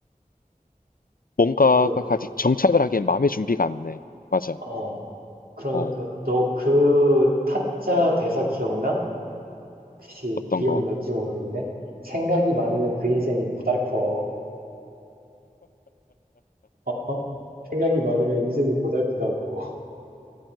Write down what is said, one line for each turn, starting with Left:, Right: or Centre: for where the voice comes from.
Left: 뭔가가
Right: 그,
Left: 아직 정착을 하기엔 마음의 준비가 안 돼. 맞아.
Right: 어, 그러니까
Left: 어.
Right: 너 그 타짜
Left: 음.
Right: 대사 기억나? 혹시
Left: 어떤
Right: 기억날지
Left: 거?
Right: 모르겠네. 생각이 많으면
Left: 음.
Right: 그 인생이 고달퍼. 어? 생각이 많으면 인생이 고달프다고.